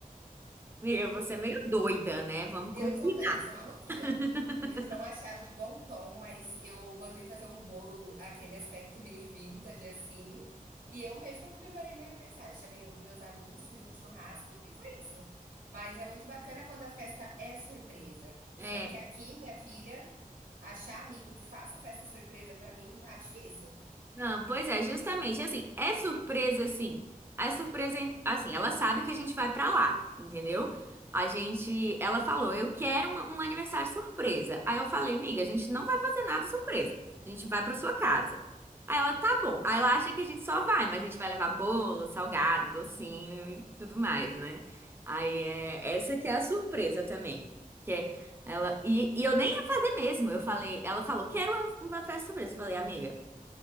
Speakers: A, on the right; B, on the right.
A: Amiga, você é meio doida, né? Vamos
B: Eu
A: combinar.
B: sou mesmo, sou maluquinha.
A: <laughs>
B: Eles não acharam de bom tom, mas eu mandei fazer um bolo, aquele aspecto meio vintage, assim. E eu mesma comemorei meu aniversário. Chamei o- meus amigos, fiz um churrasco e foi isso. Mas é muito bacana quando a festa é surpresa.
A: É.
B: Só que aqui, minha filha, achar amigo que faça festa surpresa pra mim tá difícil.
A: Não, pois é, justamente assim, é surpresa assim. É surpresa assim, ela sabe que a gente vai pra lá, entendeu? A gente, ela falou, eu quero uma- um aniversário surpresa. Aí eu falei, miga, a gente não vai fazer nada surpresa. A gente vai pra sua casa. Aí ela, tá bom. Aí ela acha que a gente só vai, mas a gente vai levar bolo, salgado, docinho e tudo mais, né? Aí é, essa que é a surpresa também. que é Ela, e, e eu nem ia fazer mesmo. Eu falei, ela falou, quero uma, uma festa surpresa. Eu falei, amiga.